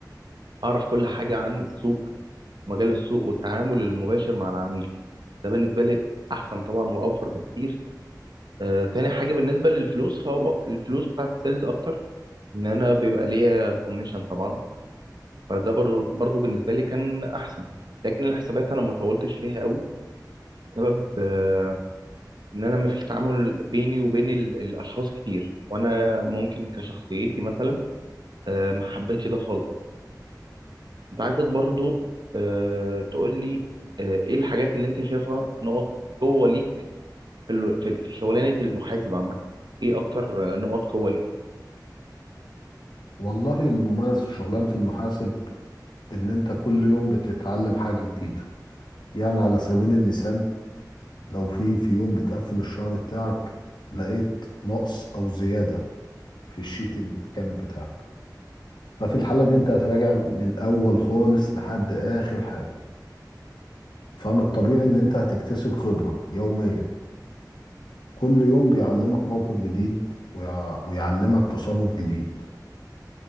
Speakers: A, on the right; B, on the left.
A: اعرف كل حاجه عن السوق مجال السوق والتعامل المباشر مع العميل ده بالنسبه لي احسن طبعا واوفر بكتير آه تاني حاجه بالنسبه للفلوس فهو الفلوس بتاعت السيلز اكتر ان انا بيبقى ليا كوميشن طبعا فده بر- برضو بالنسبه لي كان احسن لكن الحسابات انا ما طولتش فيها قوي بسبب آه ان انا ما فيش تعامل بيني وبين ال- الاشخاص كتير وانا ممكن كشخصيتي مثلا آه ما حبيتش ده خالص انت عايزك برضو آه تقول لي آه ايه الحاجات اللي انت شايفها نقط قوة ليك في ال... في في شغلانة المحاسب عامة ايه اكتر آه، نقط قوة ليك
B: والله المميز في شغلانة المحاسب إن أنت كل يوم بتتعلم حاجة جديدة يعني على سبيل المثال لو في في يوم بتقفل الشهر بتاعك لقيت نقص أو زيادة في الشيت الكامل بتاعك ففي الحالة دي أنت هتراجع من الأول خالص لحد آخر حاجة فمن الطبيعي ان انت هتكتسب خبرة يوميا كل يوم بيعلمك موقف جديد ويع- ويعلمك تصرف جديد